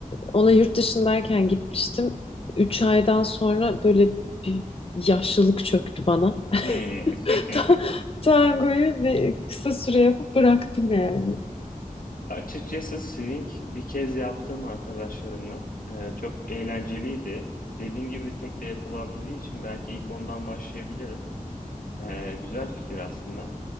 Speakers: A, on the left (about 40°); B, on the left (about 75°).
A: ona yurt dışındayken gitmiştim. Üç aydan sonra böyle bir yaşlılık çöktü bana.
B: Hmm. <laughs>
A: <laughs> Ta- Tangoyu bir kısa süre yapıp bıraktım yani.
B: Açıkçası swing bir kez yaptığım arkadaşlarımla e, çok eğlenceliydi. Dediğin gibi tek de yapılabildiği için belki ilk ondan başlayabilirim. E, güzel fikir aslında.